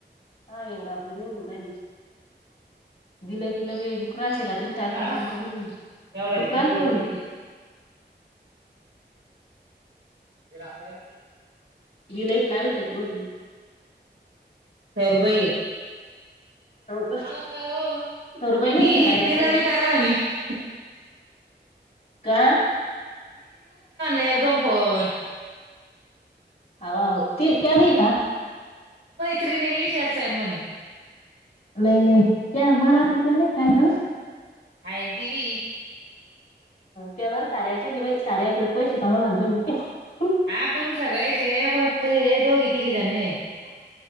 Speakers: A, on the left; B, on the right.
A: हा एवढा आता देवघरायला दिले तिला वेळ डुकराची रात. तायफनफन‌करूनका.
B: हा एवढ्याला
A: डुकरानखायलाघाल
B: तुरी दोघी ती मी राम रायचं
A: विलाईतलावीत त्यातमधी
B: दुबई.
A: का
B: मला करा ओ.
A: तरुबाई नाही
B: ही
A: का कार्या
B: ही तिला
A: ॲप मध्ये?
B: मी करा वीनहंह
A: का
B: <unintelligible> एकदम फोन.
A: आव आव ती मिलतात.
B: तिरवेली शेर शेन मणी.
A: नाही नाही त्या मणातल नाही कांहीं काडत
B: हान टीवी
A: त्यावर सारेच सारेवरच पैशे कावुण म्हणतेमी
B: आपन सगळे च फकतये दोन तीन जण नयेत.